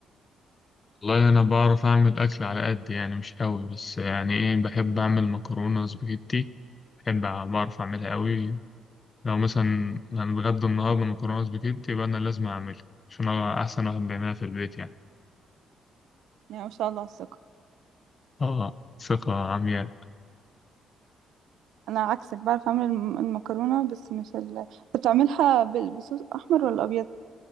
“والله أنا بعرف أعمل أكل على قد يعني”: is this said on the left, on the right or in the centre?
Left